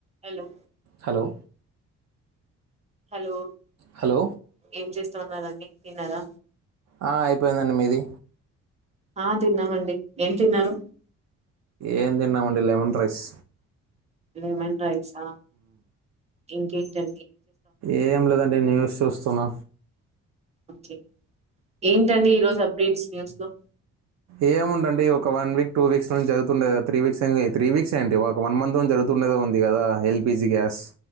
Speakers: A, on the right; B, on the right.
A: Hello
B: hello
A: hello
B: hello
A: ఏం చేస్తా ఉన్నండి తిన్నారా
B: ఆ, అయిపోయిందండి మీది
A: ఆహ్ తిన్నామండి, ఏం తిన్నారు
B: ఏం తిన్నామండి లెమన్ రైస్
A: లెమన్ రైసా ఇంకేటండి
B: ఏం లెదండి న్యూస్ చూస్తున్నా
A: ఓకే ఏంటండి ఈరోజు అప్డేట్స్ న్యూస్ లో
B: ఏము ఉండండి ఒక వన్ వీక్ టూ వీక్స్ నుంచి జరుగుతుందే త్ర వీక్సెంది త్రీ వీక్స్ ఏంటి ఒక వన్ మంత్ నుంచి జరుగుతుంది ఉన్నదే ఉంది కదా ఎల్పిజీ గ్యాస్